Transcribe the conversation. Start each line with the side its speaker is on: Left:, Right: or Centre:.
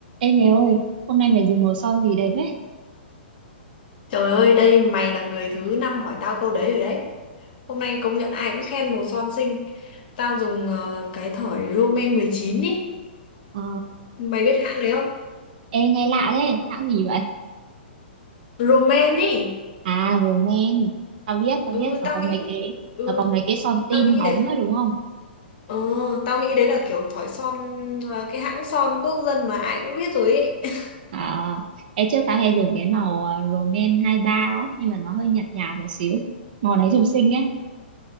Right: Ê mày ơi, hôm nay mày dùng màu son gì đẹp đấy?
Left: Trời ơi, đây mày là người thứ năm hỏi tao câu đấy rồi đấy. Hôm nay công nhận ai cũng khen màu son xinh. Tao dùng ờ, cái thỏi Roman 19 ý.
Right: Ờ,
Left: Mày biết hãng đấy không?
Right: ê nghe lạ đấy, hãng gì vậy?
Left: Roman ý.
Right: À, roman, tao biết, tao
Left: Ừ,
Right: biết, tao
Left: tao
Right: có
Left: nghĩ.
Right: mấy cái,
Left: Ừ,
Right: tao có mấy cái son tin
Left: tao nghĩ
Right: bóng
Left: đấy.
Right: á đúng không?
Left: Ờ, tao nghĩ đấy là kiểu thỏi son, ờ, cái hãng son quốc dân mà ai cũng biết rồi ý. <laughs>
Right: À, ê trước tao hay dùng cái màu à, Roman hai ba á, nhưng mà nó hơi nhạt nhạt một xíu. Màu này dùng xinh ấy.